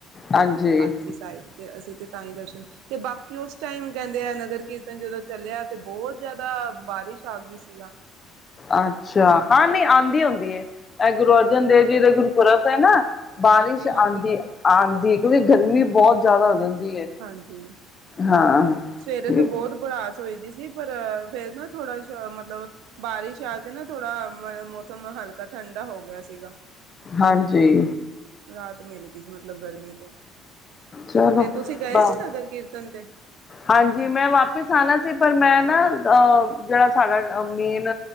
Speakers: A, on the left; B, on the right.
A: ਹਾਂਜੀ
B: 'ਪਾਲਕੀ ਸਾਹਿਬ' ਤੇ ਅਸੀਂ ਤੇ ਤਾਂ ਹੀ ਦਰਸ਼ਨ ਤੇ ਬਾ ਕਿ ਉਸ ਟਾਈਮ ਕਹਿੰਦੇ ਆ, ਨਗਰ ਕੀਰਤਨ ਜਦੋਂ ਚੱਲਿਆ, ਤੇ ਬਹੁਤ ਜਿਆਦਾ ਬਾਰਿਸ਼ ਆ ਗਈ ਸੀ।
A: ਅੱਛਾ, ਹਾਂ ਨੀ ਆਉਂਦੀ ਹੁੰਦੀ ਹੈ, ਇਹ ਗੁਰੂ
B: ਹਾਂ
A: ਅਰਜਨ ਦੇਵ ਜੀ ਦਾ ਗੁਰੂਪੁਰਬ ਹੈ ਨਾ। ਬਾਰਿਸ਼
B: ਹਾਂਜੀ
A: ਆਉਂਦੀ,
B: ਹਾਂਜੀ
A: ਆਉਂਦੀ ਕਿਉਂਕਿ ਗਰਮੀ ਬਹੁਤ ਜ਼ਿਆਦਾ ਹੋ ਜਾਂਦੀ ਆ।
B: ਹਾਂਜੀ।
A: ਹਾਂ।
B: ਸਵੇਰੇ ਤਾ
A: ਠੀਕ
B: ਬਹੁਤ ਬੜਾਸ ਹੋਈ ਦੀ ਸੀ ਪਰ, ਫਿਰ ਨਾ ਥੋੜਾ ਜਾ ਮਤਲਬ ਬਾਰਿਸ਼ ਆ ਤੇ ਨਾ ਥੋੜਾ ਮ ਮੌਸਮ ਹਲਕਾ ਠੰਢਾ ਹੋ ਗਿਆ ਸੀਗਾ।
A: ਹਾਂਜੀ।
B: ਰਾਹਤ ਮਿਲ ਗਈ ਮਤਲਬ ਗਰਮੀ ਤੋਂ,
A: ਚਲੋ
B: ਤੇ ਤੁਸੀਂ ਗਏ
A: ਬ
B: ਸੀ ਨਗਰ ਕੀਰਤਨ ਤੇ?
A: ਹਾਂਜੀ ਮੈਂ ਵਾਪਿਸ ਆਉਣਾ ਸੀ ਪਰ ਮੈਂ ਨਾ, ਅ ਜਿਹੜਾ ਸਾਡਾ ਮੇਨ